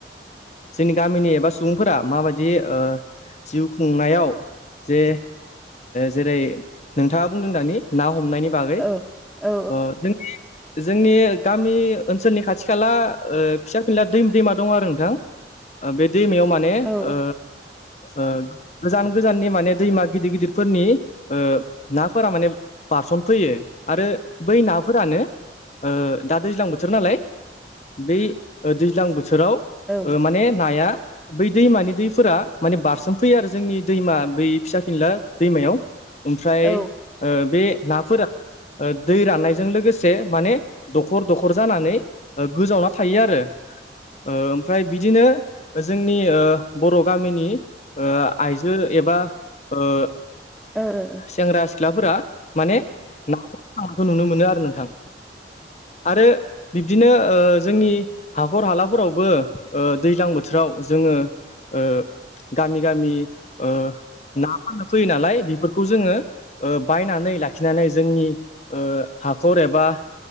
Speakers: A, on the left; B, in the centre.
A: जोंनि गामिनि एबा सुबुंफोरा माबायदि ओ। जिउ खुंनायाव जे जेरै नोंथाङा बुंदों दानि ना हमनायनि बागै
B: औ औ
A: ओ जोंनि जोंनि गामि ओनसोलनि खाथि खाला। ओ फिसा फिनला दै दैमा दङ आरो नोंथां बे दैमायाव माने
B: औ
A: ओ ओ गोजान गोजाननि माने दैमा गिदिर गिदिरफोरनि ओ नाफोरा माने। पारसल फैयो आरो बै नाफोरानो ओ दा दैज्लां बोथोर नालाय। बै दैज्लां बोथोराव
B: औ
A: ओ माने नाया बै दैमानि दैफोरा माने बारसोमफैयो आरो जोंनि दैमा बै फिसा फिनला दैमायाव ओमफ्राय
B: ओ
A: बे नाफोरा ओ दै राननायजों लोगोसे माने दखर दखर जानानै गोजावना थायो आरो ओ ओमफ्राय बिदिनो जोंनि बर' गामिनि ओ आइजो एबा ओ
B: ओ ओ ओ
A: सेंग्रा सिख्लाफोरा माने ना हमनो थांनायखौ नुनो मोनो आरो नोंथां आरो बिब्दिनो जोंनि हाखर हालाफोरावबो ओ दैज्लां बोथोराव जोङो। ओ गामि गामि ओ ना फाननो फैयो नालाय बेफोरखौ जोङो ओ बायनानै लाखिनानै जोंनि ओ हाखर एबा